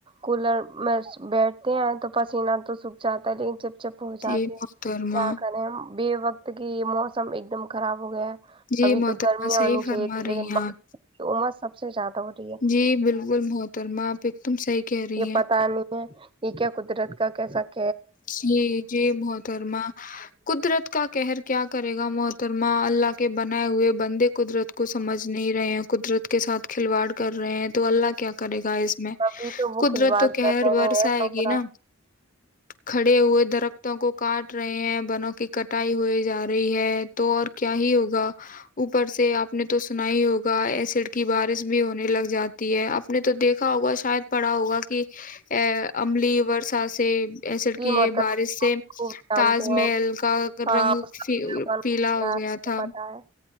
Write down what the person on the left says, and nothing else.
جی محترمہ
جی
محترمہ
صحیح
فرما
رہی ہیں آپ
جی بالکل محترمہ آپ ایک دم صحیح کہہ رہی
ہیں
جی جی محترما قدرت کا کہہر کیا کرے گا محترما اللہ کے بنائے ہوئے بندے قدرت کو سمجھ نہیں رہے ہیں قدرت کے ساتھ کھلواڑ کر رہے ہیں تو اللہ کیا کرے گا اس میں
قدرت
تو کہہر
ورس
آئے
گی
نا کھڑے ہوئے درختوں کو کاٹ رہے ہیں بنوں کی کٹائی ہوئی جا رہی ہے تو اور کیا ہی ہوگا اوپر سے آپ نے تو سنا ہی ہوگا ایسڈ کی بارش بھی ہونے لگ جات ہے آپ نے تو دیکھا ہوگا شاید پڑھا ہوگا کہ ا عملی ورسا سے ایسڈ
کی
یہ بارش سے
تاج
محل کا
رنگ
پیلا
ہو
گیا تھا